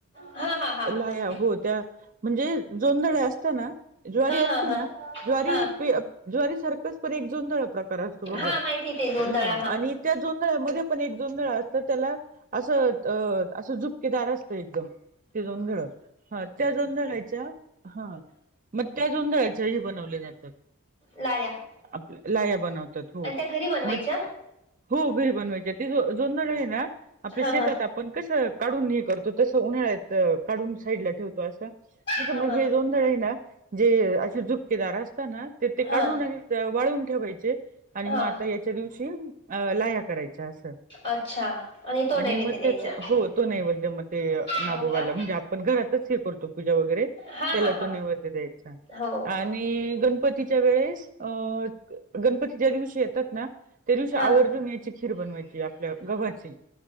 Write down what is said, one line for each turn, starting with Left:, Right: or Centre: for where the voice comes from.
Left: हा हा हा हा हा
Right: लाह्या हो त्या म्हणजे जोंदळ असत ना ज्वारी असती
Left: हा हा
Right: ना ज्वारी
Left: हा
Right: ज्वारी सारखस पण एक जोंधळ प्रकार असतो बघा
Left: हा माहिती ते जोंधळा हा
Right: आणि त्या जोंधळ्या मधे पण एक जोंधळ असत त्याला असं अस झुपकेदार असत एकदम ते जोंधळ हा त्या जोंधळाच्या हा मग त्या जोंधळाच्या हे बनवले जातात
Left: लाया
Right: अ लाह्या
Left: आणि
Right: बनवतात हो
Left: त्या घरी बनवायच्या?
Right: मग हो घरी बनवायची ते जोंधळ आहे ना आपल्या
Left: हा
Right: शेतात
Left: हा
Right: अप पण कसं काढून हे करतो तसं उन्हाळ्यात काढून साईड ला ठेवतो असं त्यां
Left: हा
Right: मग
Left: हा
Right: हे जोंधळ आहे ना जे अशे झुपकेदार असत ना ते ते काढून
Left: हा
Right: नाही वाळून ठेवायचे आणि
Left: हा
Right: म आता याच्या दिवशी लाह्या करायच्या अच्छा अस
Left: अच्छा तो नैवेद्य
Right: आणि मग
Left: द्यायचा
Right: त्याच हो तो नैवेद्य म ते नागोबाला
Left: हो का?
Right: म्हणजे आपण घरातच हे करतो पूजा वगैरे
Left: हा
Right: त्याला
Left: हा
Right: तो
Left: हा
Right: नैवेद्य द्यायचा.
Left: हो
Right: आणि, गणपतीच्या वेळेस, अ.. गणपतीच्या दिवशी येतात ना. च्या
Left: हा
Right: आवर्जून यांची खीर बनवायची, आपल्या गव्हाची